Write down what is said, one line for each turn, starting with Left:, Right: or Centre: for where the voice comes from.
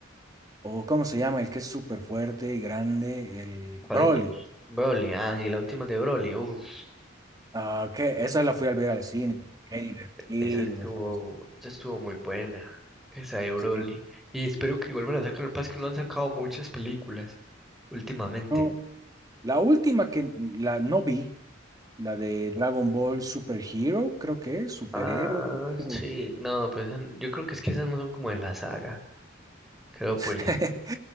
Right: o ¿cómo se llama? El que es súper fuerte y grande, el
Centre: ¿Cuál
Right: Broly.
Centre: de todos? Broly, ah, sí, la última de Broly, uff.
Right: Ah, que esa la fui a ver al cine. Qué divertido
Centre: Esa estuvo,
Right: me fue esto.
Centre: esa estuvo muy buena, esa de Broly.
Right: Sí.
Centre: Y espero que vuelvan a sacar. Lo que pasa es que no han sacado muchas películas últimamente.
Right: No, la última que la no vi, la de Dragon Ball Super Hero, creo que es, superhéroe.
Centre: Ah,
Right: algo.
Centre: sí, no, pues esa- yo creo que es que esas no son como de la saga. Creo pues.
Right: <laughs>